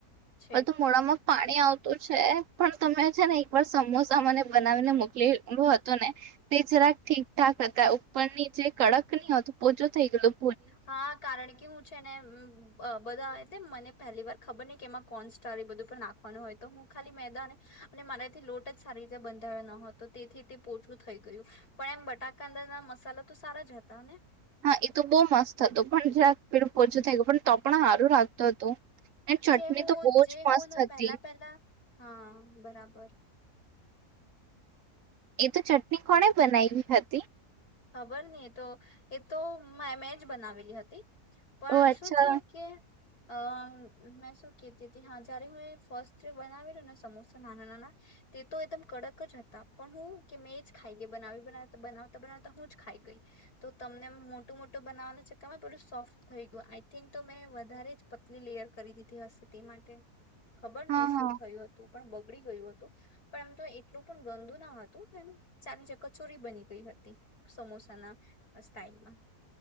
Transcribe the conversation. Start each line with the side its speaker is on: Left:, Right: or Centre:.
Left: છે
Right: બધું મોડામાં પાણી આવતું છે, પણ તમે છે ને એક વાર સમોસા મને બનાવીને મોકલીલો હતો ને તે જરાક ઠીક ઠાક હતા ઉપરની જે કડક ની હતું પોચું થઈ ગયું
Left: હા, કારણ કે હું છે ને બધા મને પહેલી વાર ખબર ની કે એમાં કોન સસ્ટાર એ બધું પણ નાખવાનું હોય તો હું ખાલી મેદાને અને મારાથી લોટ જ સારી રીતે બંધાયો ન હો તો તેથી તે પોચું થઈ ગયું પણ એમ બટાકાદા ના મસલા તો સારા જ હતા ને
Right: હા, એ તો બહુ મસ્ત હતુ, પણ જરાક પેડું પોચું થઈ ગયું પણ તો પણ હારું લાગતું હતું અને ચટણી
Left: જે હું
Right: તો બહુ
Left: જે
Right: જ
Left: હું
Right: મસ્ત
Left: ને પહેલા
Right: હતી
Left: પહેલા હા બરાબર.
Right: એ તો ચટણી કોણે બનાવીવી હતી.
Left: ખબર નહી એ તો એ તો મે જ બનાવેલી હતી. પણ
Right: ઓ અચ્છા
Left: શું થયું કે અ મેં શું કતી હતી હા જયારે હું ફસ્ટ બનાવેલું ને સમોસા નાના નાના તે તો એકદમ કડક જ હતા પણ હું કે મેં જ ખાઈ ગ બનાવી બતા બનાવતા બનાવતા તો હું જ ખાઈ ગઈ તો તમને મોટું મોટું બનાવાના ચક્કરમાં થોડું સોફ્ટ થઈ ગયું આઈ થિંક તો મેં વધારે જ પતલી લેયર કરી દીધી હશે તે માટે. ખબર
Right: હા
Left: નહી એ શું
Right: હા
Left: થયું હતું. પણ બગડી ગયું હતું પણ એમ તો એટલું પણ ગંદુ ના હતું એમ ચારી જ કચોરી બની ગઈ હતી. સમોસાના સ્ટાઈલમાં.